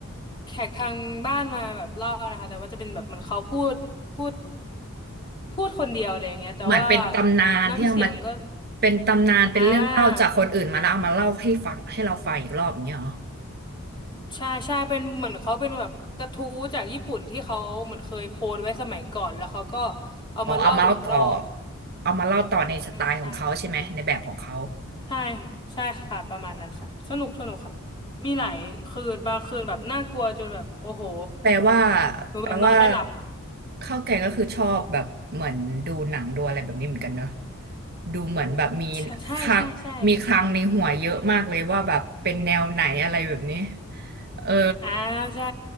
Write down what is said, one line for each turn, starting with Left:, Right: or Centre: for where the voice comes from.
Left: แขกทางบ้านมาแบบเล่านะคะแต่ว่าจะเป็นแบบเหมันเขาพูดพูดพูดคนเดียวอะไรอย่างเงี้ยแต่ว่า
Right: เหมือนเป็นตำนานที่เอามา
Left: น้ำเสียงก็
Right: เป็นตำนานเป็นเรื่องเล่าจากคนอื่นมาแล้วเอามาเล่าให้ฟังให้เราฟังอีกรอบอย่างเงี้ยเหรอ
Left: อ่าใช่ใช่เป็นเหมือนเขาเป็นแบบกระทู้จากญี่ปุ่นที่เขาเหมือนเคยโพสต์ไว้สมัยก่อนแล้วเขาก็เอามาเล่าอีกรอบอะไร
Right: อ๋อเอามาเล่าต่อ เอามาเล่าต่อในสไตล์ของเขาใช่ไหม
Left: อืมใช่
Right: ในแบบของเขา
Left: ใช่ใช่ค่ะประมาณนั้นค่ะสนุกสนุกค่ะมีหลายคืนบางคืนแบบน่ากลัวจนแบบโอ้โห
Right: แปลว่า
Left: หนูแบบนอนไม่หลับ
Right: แปลว่าข้าวแกงก็คือชอบแบบเหมือนดูหนังดูอะไรแบบนี้เหมือนกันเนอะดูเหมือนแบบมี
Left: ใช่ใช่ใช่ใช่
Right: คลังมีคลังในหัวเยอะมากเลยว่าแบบเป็นแนวไหนอะไรแบบนี้เออ
Left: อ่าใช่